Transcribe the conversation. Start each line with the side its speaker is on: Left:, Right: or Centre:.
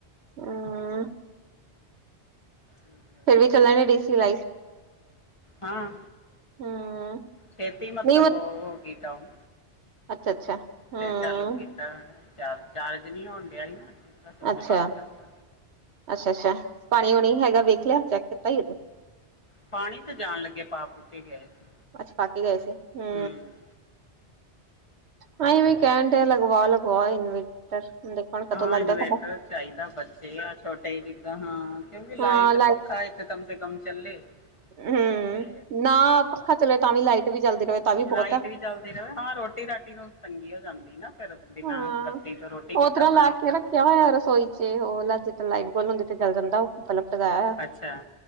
Right: ਹਾਂ
Left: ਹੁੰ <unintelligible>
Right: ਫੇਰ ਵੀ ਕਲੇਯਾ ਨੇ ਡੀ ਸੀ ਲਾਈਟ
Left: ਹਾਂ
Right: ਹੂੰ
Left: ਛੇਤੀ ਮਤਲਬ
Right: ਨਹੀਂ
Left: ਹੋਗੀ ਡਾਊਨ
Right: ਅੱਛਾ ਅੱਛਾ ਹੂੰ
Left: ਫਿਰ ਚਾਲੂ ਕੀਤਾ ਚਾਰਜ ਚਾਰਜ ਨੀ ਹੋਣ ਡਿਆ ਸੀ ਨਾ, ਕੀਤਾ ਸਵਿਚ
Right: ਅੱਛਾ
Left: ਬੰਦ ਕਰਕੇ
Right: ਅੱਛਾ ਅੱਛਾ ਪਾਣੀ ਵਾਣੀ ਹੈਗਾ ਵੇਖ ਲਿਆ, ਚੈੱਕ ਕੀਤਾ ਹੀ
Left: ਪਾਣੀ ਤੇ ਜਾਣ ਲੱਗੇ ਪਾ ਪੁੂ ਕੇ ਗਏ ਸੀ
Right: ਅੱਛ ਪਾਕੇ ਗਏ ਸੀ ਹੂ
Left: ਹੂੰ
Right: ਹੈ ਏ ਵੇਂ ਕਹਿੰਣ ਡੇ ਐ, ਲਗਵਾ ਲਗਵਾਓ ਇਨਵੇਟਰ ਦੇਖੋ ਹੁਣ ਕਦੋਂ
Left: ਹਾਂ
Right: ਲੱਗਦਾ
Left: ਇਨਵੇਟਰ
Right: ਸਾਡਾ
Left: ਚਾਹੀਦਾ, ਬੱਚੇ ਆ ਛੋਟੇ ਜਿੱਦਾਂ ਹਾਂ ਕਿਉਂਕਿ ਲਾਈਟ
Right: ਹਾਂ
Left: ਪੱਖਾ ਏਹ ਤੇ ਕੰਮ ਸੇ ਕੰਮ ਚੱਲੇ
Right: ਹੂ
Left: ਤੇ
Right: ਨਾ ਪੱਖਾ ਚਲੇ, ਤਾਂ ਵੀ ਲਾਈਟ ਵੀ ਚਲਦੀ ਰਹੇ ਤਾਂ ਵੀ
Left: ਲਾਈਟ
Right: ਬਹੁਤ ਐ
Left: ਵੀ ਚੱਲਦੀ ਰਹੇ ਹਾਂ ਰੋਟੀ ਰਾਟੀ ਤੋਂ ਤੰਗੀ ਹੋ ਜਾਂਦੀ ਨਾ, ਫਿਰ ਬਿਨਾਂ
Right: ਹਾਂ
Left: ਬੱਤੀ ਤੋਂ ਰੋਟੀ ਕਿੱਦਾਂ
Right: ਉਹ ਤਰ੍ਹਾਂ ਲਾ
Left: ਬਣਾਉਗਾ
Right: ਕੇ ਰੱਖਿਆ ਹੋਇਆ ਰਸੋਈ ਚ ਉਹ ਜਿੱ ਤ ਲਾਈਟ ਗੋਲ ਹੁੰਦੀ ਤੇ ਜਲ ਜਾਂਦਾ, ਔ ਵਾਲਾ ਬਲਬ ਲਗਾਇਆ ਹੋਇਆ
Left: ਅੱਛਾ